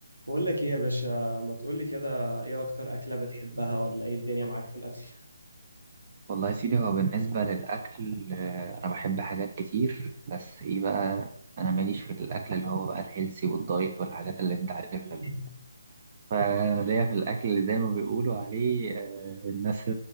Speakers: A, on the right; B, on the right.
A: بقول لك ايه يا باشا ما تقول لي كده ايه اكتر اكله بتحبها ولا ايه الدنيا معاك في الاكل
B: والله يا سيدي هو بالنسبة للأكل آه، أنا بحب حاجات كتير بس إيه بقى أنا ماليش في الأكل اللي هو بقى الهيلسي والدايت والحاجات اللي أنت عارفها
A: <laughs>
B: دي فليا في الأكل اللي زي ما بيقولوا عليه آه، الناس